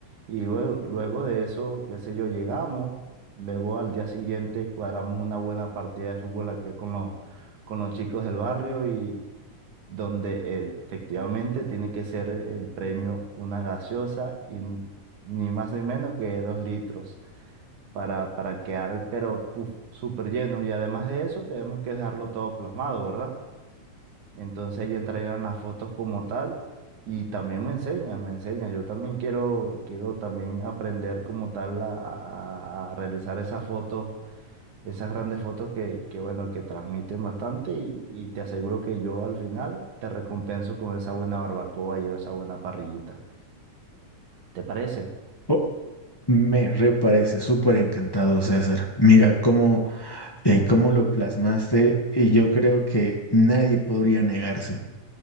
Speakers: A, on the right; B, on the left.
A: y luego, luego de eso, qué sé yo, llegamos. Luego al día siguiente cuadramos una buena partida de fútbol aquí con los, con los chicos del barrio y donde eh, efectivamente tiene que ser el premio una gaseosa y n- ni más ni menos que dos litros para, para quedar, pero uf, súper llenos. Y además de eso tenemos que dejarlo todo plasmado, ¿verdad? Entonces ahí entrarían las fotos como tal y también me enseñas, me enseñas. Yo también quiero, quiero también aprender como tal a, a a realizar esas fotos esas grandes fotos que, que, bueno, que transmiten bastante y, y te aseguro que yo al final te recompenso con esa buena barbacoa y esa buena parrillita. ¿Te parece?
B: Oh, me reparece súper encantado, César. Mira cómo, eh, cómo lo plasmaste y yo creo que nadie podría negarse.